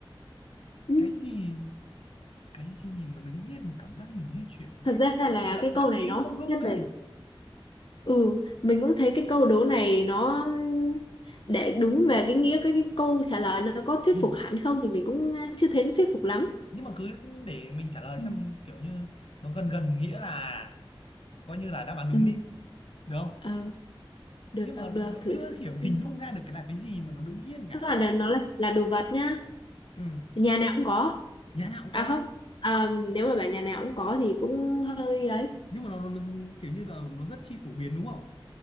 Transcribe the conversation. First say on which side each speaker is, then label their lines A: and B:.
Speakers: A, on the left; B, on the left.
A: Ừ,
B: cái gì cái gì mà đứng yên mà cảm giác mình di chuyển
A: thật ra
B: gợi,
A: là
B: gợi,
A: cái câu
B: gợi ý
A: này nó
B: mông lung
A: xét
B: đấy
A: về ừ mình cũng thấy cái câu đố này nó để đúng về cái nghĩa cái, cái câu trả lời nó có thuyết
B: ừ.
A: phục hẳn không thì mình cũng ờ, chưa thấy nó thuyết phục lắm
B: nhưng mà cứ để mình trả lời
A: ừ,
B: xem kiểu như nó gần gần nghĩa là coi như là đáp án đúng
A: ừ,
B: đi được không
A: ờ, được
B: nhưng mà
A: được
B: vẫn
A: thử
B: chưa
A: trả lời
B: hiểu
A: xem
B: hình dung ra được cái là cái gì mà nó đứng yên cả
A: tức là đ- nó là là đồ vật nhá
B: ừ.
A: nhà nào cũng có
B: nhà nào cũng
A: à
B: có
A: không à, nếu mà bảo nhà nào cũng có thì cũng hơi ấy
B: nhưng mà nó, nó, nó dưng- kiểu như là nó rất chi phổ biến đúng không